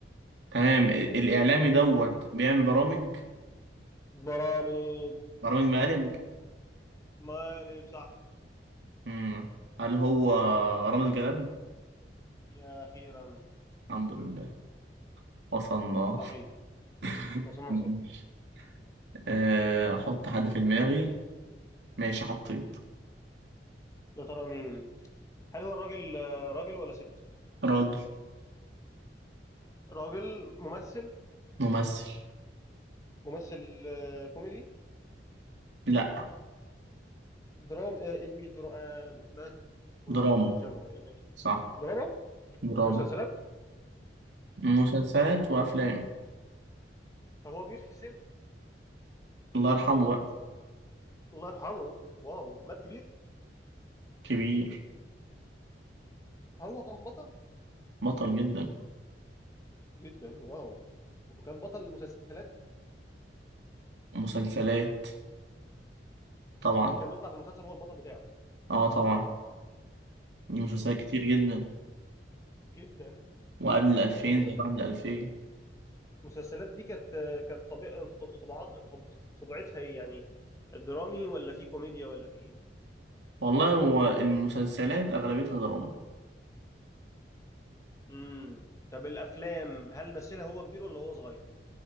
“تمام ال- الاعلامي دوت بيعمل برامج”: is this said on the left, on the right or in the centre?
Right